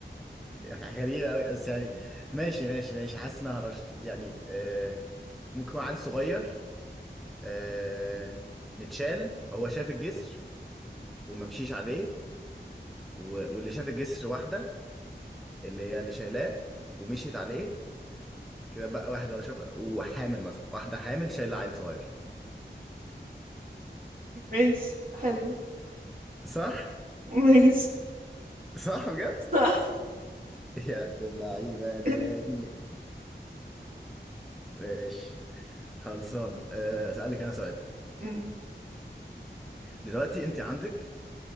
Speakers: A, in the centre; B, on the right.
A: <laughs> غريبة أوي بس يعني ماشي ماشي ماشي حاسس إن أنا هرشت يعني آه، ممكن يكون عيل صغير آه، متشال فهو شاف الجسر وما مشيش عليه و- واللي شاف الجسر واحدة اللي هي اللي شايلاه ومشيت عليه كده بقى واحد ولا شاف وحامل مثلا واحدة حامل شايلة عيل صغير
B: ماشي حلو
A: صح؟
B: ماشي
A: صح بجد؟
B: صح
A: <laughs> يا دي اللعيبة يا داني
B: <laughs>
A: ماشي خلصانة أه أسألك أنا سؤال
B: أمم،
A: دلوقتي أنت عندك